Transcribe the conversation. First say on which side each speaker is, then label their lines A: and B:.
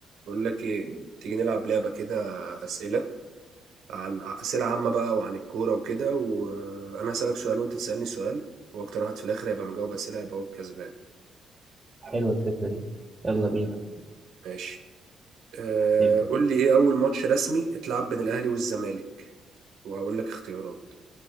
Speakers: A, on the right (about 80°); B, on the right (about 25°).
A: بقول لك ايه تيجي نلعب لعبة كده أسئلة عن أسئلة عامة بقى وعن الكورة وكده وأنا هسألك سؤال وأنت تسألني سؤال وأكتر واحد في الآخر هيبقى مجاوب أسئلة هيبقى هو الكسبان
B: حلوة الفكرة دي يلا بينا
A: ماشي أه
B: ابدأ
A: قول لي إيه أول ماتش رسمي اتلعب بين الأهلي والزمالك وهقول لك اختيارات